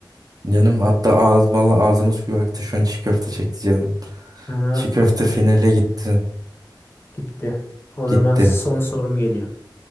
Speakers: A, on the right; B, on the left.
A: Canım hatta ağız valla ağzımın suyu aktı şu an çiğ köfte çekti canım.
B: Fena
A: Çiğ köfte finale gitti.
B: gitti. O
A: Gitti.
B: zaman son sorum geliyor.